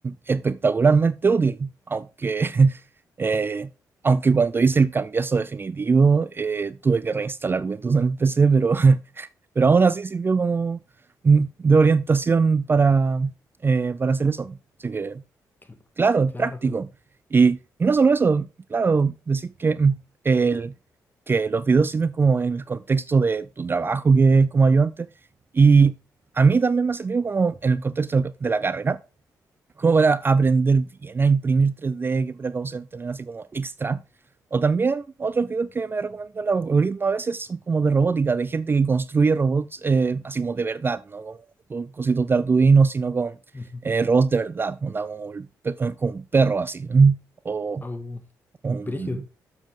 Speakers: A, on the right (about 30°); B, on the left (about 25°).
A: espectacularmente útil, aunque <laughs> eh, aunque cuando hice el cambiazo definitivo, eh, tuve que reinstalar Windows en el PC, pero pero aún así sirvió como mm, de orientación para, eh, para hacer eso. Así que,
B: Cl-
A: claro, es
B: Claro,
A: práctico.
B: claro.
A: Y, y no solo eso, claro, decir que, mm, el, que los videos sirven como en el contexto de tu trabajo, que es como ayudante. Y a mí también me ha servido como en el contexto de la carrera como para aprender bien a imprimir 3D, qué precaución tener así como extra. O también otros videos que me recomienda el algoritmo a veces son como de robótica, de gente que construye robots eh, así como de verdad, ¿no? Con, con cositos de Arduino, sino con
B: Ujú.
A: eh, robots de verdad, ¿no? Onda Como, el pe- como un perro así, ¿eh? O,
B: Au,
A: un-
B: brígido.